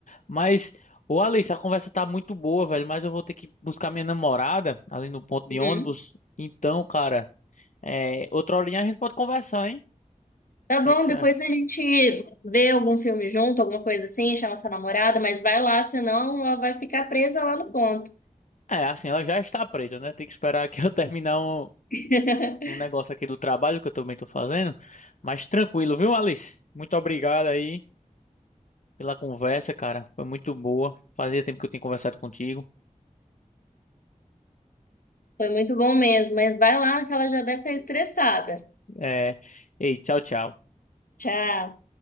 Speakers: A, on the left (about 65°); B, on the left (about 85°).
A: Mas, ô Alice, a conversa tá muito boa, velho, mas eu vou ter que buscar minha namorada ali no ponto de
B: uhum.
A: ônibus. Então, cara, é, outra horinha a gente pode conversar, hein?
B: Tá bom,
A: O que é que você
B: depois
A: acha?
B: a gente vê algum filme junto, alguma coisa assim, chama sua namorada, mas vai lá, senão ela vai ficar presa lá no ponto.
A: É, assim, ela já está presa, né? Tem que esperar que <laughs> eu terminar um,
B: <laughs>
A: um negócio aqui do trabalho que eu também tô fazendo. Mas tranquilo, viu, Alice? Muito obrigado aí pela conversa, cara. Foi muito boa. Fazia tempo que eu tinha conversado contigo.
B: Foi muito bom mesmo, mas vai lá que ela já deve estar estressada.
A: É, ei, tchau, tchau.
B: Tchau.